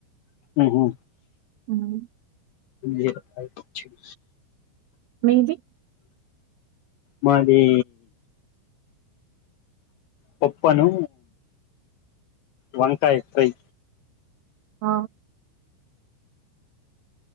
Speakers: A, on the left; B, on the right.
A: ఉహు
B: మ్మ్.
A: బీరకాయ పచ్చడి
B: మిది
A: మాదీ పోప్పను వంకాయ్ ఫ్రై
B: ఆ